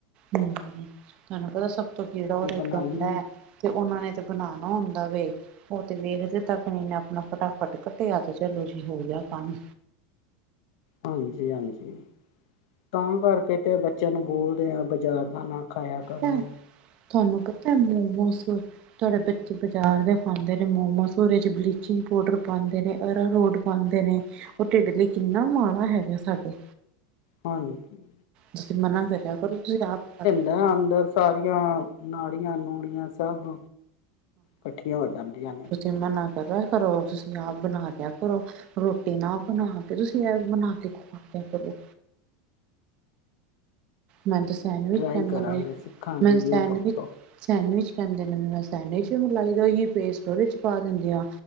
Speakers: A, on the right; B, on the left.
A: ਹੂੰ। ਤਾਨੂੰ ਪਤਾ ਸਭ ਤੋਂ ਕੀੜਾ
B: ਕਦੀ
A: ਔਰੇ
B: ਬਣਾਈ
A: ਚ ਹੁੰਦਾ
B: ਨਹੀਂ
A: ਐ। ਤੇ ਔਨਾਂ ਨੇ ਤੇ ਬਨਾਨਾ ਹੁੰਦਾ ਵੇ। ਓ ਤੇ ਵੇਖਦੇ ਤੱਕ ਨੀ ਨੇ ਅਪਣਾ ਫਟਾਫਟ ਕਟੇਆ ਤੇ ਚਲੋ ਜੀ ਹੋ ਗਯਾ ਕੰਮ।
B: ਹਾਂਜੀ ਹਾਂਜੀ, ਤਾਂ ਕਰਕੇ ਤੇ ਬੱਚੇਆਂ ਨੂੰ ਬੋਲਦੇ ਆਂ, ਬਜਾਰ ਦਾ ਨਾ ਖਾਏਆ ਕਰੋ।
A: ਪਤਾ ਹੈ ਤੁਹਾਨੂੰ ਪਤਾ ਐ ਮੋਮੋਸ ਤਾਡੇ ਬੱਚੇ ਬਜਾਰ ਦੇ ਖਾਂਦੇ ਨੇ ਮੋਮੋਸ, ਓਦੇ ਚ ਬਲੀਚਿੰਗ ਪੋਡਰ ਪਾਂਦੇ ਨੇ। ਅਰਾਰੋਟ ਪਾਂਦੇ ਨੇ। ਓ ਢੇਡ ਲਈ ਕਿੰਨਾ ਮਾੜਾ ਹੈਗਾ ਐ ਸਾਡੇ।
B: ਹਾਂਜੀ।
A: ਤੁਸੀ ਮਨਾ ਕਰੇਆ ਕਰੋ। ਤੁਸੀ ਆਪ
B: ਹੈਂ ਅੰਦਰ ਸਾਰੀਆਂ ਨਾੜੀਆਂ- ਨੂੜੀਆਂ ਸਭ। ਕੱਠੀਆਂ ਹੋ ਜਾਂਦੀਆਂ ਨੇ।
A: ਤੇ ਮਨਾ ਕਰੇਆ ਕਰੋ। ਤੁਸੀ ਆਪ ਬਣਾ ਲੇਆ ਕਰੋ। ਰੋਟੀ ਨਾ ਬਣਾ ਕੇ, ਤੁਸੀ ਐ ਬਣਾ ਕੇ ਖਵਾ ਦੇਆ ਕਰੋ। ਮੈਨ
B: ਕੋਈ
A: ਤੇ ਸੈਂਡਵਿਚ
B: ਨਹੀਂ ਟਰਾਈ
A: ਕੈਂਦੇ
B: ਕਰਾਂਗੇ
A: ਨੇ,
B: ਸਿੱਖਾਂਗੀ
A: ਮੈ ਸੈਂਡਵਿਚ
B: ਯੂਟਿਊਬ ਤੋਂ
A: ਸੈਂਡਵਿਚ ਕਹਿੰਦੇ ਨੇ, ਮੈ ਸੈਂਡਵਿਚ ਮਲਾਈ ਦਾ ੳਹੀ ੳ ਪੇਸਟ ਉਹਦੇ ਚ ਪਾ ਦਿੰਦੇ ਆ।